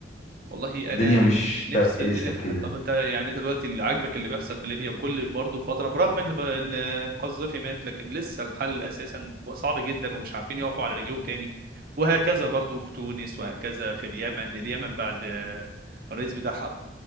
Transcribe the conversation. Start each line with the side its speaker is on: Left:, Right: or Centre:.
Right: والله
Left: الدنيا
Right: انا
Left: مش
Right: نفسي
Left: سلسة
Right: الدنيا تتحل
Left: كده
Right: طب انت يعني دلوقتي اللي عاجبك اللي بيحصل في ليبيا وكل برضه فتره برغم ان ب- ان القذافي مات لكن لسه الحل اساسا صعب جدا ومش عارفين يقفوا على رجلهم تاني وهكذا برضه في تونس وهكذا في اليمن اليمن بعد آه، الرئيس بتاعها